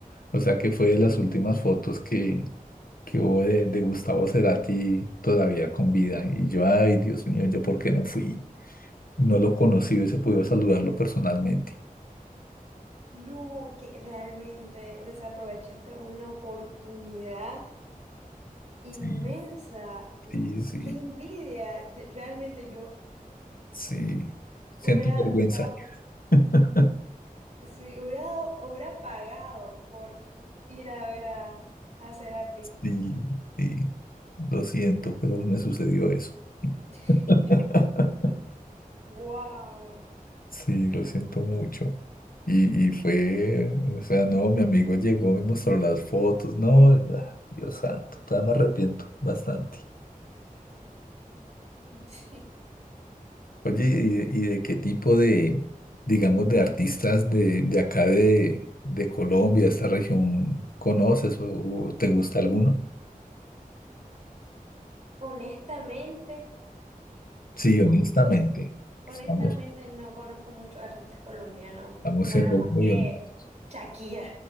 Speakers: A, on the left (about 75°); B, on the right (about 50°).
A: O sea que fue de las últimas fotos que, que hubo de, de Gustavo Cerati todavía con vida. Y yo, ay, Dios mío, ¿yo por qué no fui? No lo conocí, hubiese podido saludarlo personalmente.
B: No, que realmente desaprovechaste una oportunidad inmensa.
A: Sí.
B: u-
A: Sí, sí,
B: Qué envidia. De- Realmente yo
A: sí. Siento
B: Hubiera
A: vergüenza.
B: dado,
A: <laughs>
B: sí, hubiera dado, hubiera pagado por ir a ver a, a Cerati.
A: Sí, sí. Lo siento, pero me sucedió eso.
B: <laughs>
A: <laughs>
B: Wow.
A: Sí, lo siento mucho. Y, y fue, o sea, no, mi amigo llegó, me mostró las fotos. No, ah, Dios santo, todavía me arrepiento bastante.
B: Sí.
A: Oye, ¿y de, y de qué tipo de, digamos, de artistas de, de acá de, de Colombia, esta región, conoces o, o te gusta alguno?
B: Honestamente,
A: Sí,
B: no.
A: honestamente,
B: O sea, honestamente
A: estamos
B: no conozco muchos artistas colombianos.
A: Estamos
B: Bueno,
A: siendo
B: más
A: muy
B: que
A: honestos.
B: Shakira.